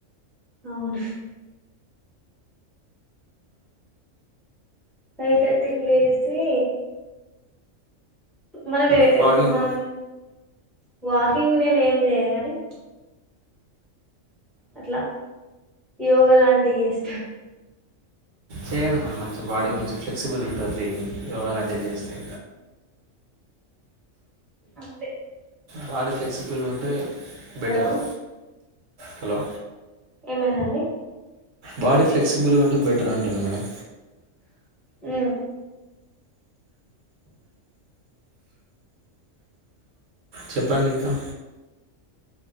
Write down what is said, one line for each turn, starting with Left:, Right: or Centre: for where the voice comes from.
Centre: అవునా ఫైతర్టికి లేసి మనం ఎ
Right: వాకింగ్
Centre: ఇప్పుడు మనం వాకింగ్ నేన్ ఏం చెయగాని అట్ల యోగ లాంటివి చేస్త
Right: చేయండి మేడం మంచి బాడీ మంచి ఫ్లెక్సిబుల్ ఉంటుంది యొగాలాంటి వి చేస్తె
Centre: అంతే
Right: బాడీ ఫ్లెక్సిబుల్ ఉంటే బెటరు
Centre: హలో
Right: హలో
Centre: ఏమైందండి
Right: బాడీ ఫ్లెక్సిబుల్గా ఉంటే బెటర్ అంటున్నా మేడం
Centre: ఉ
Right: చెప్పండి ఇంకా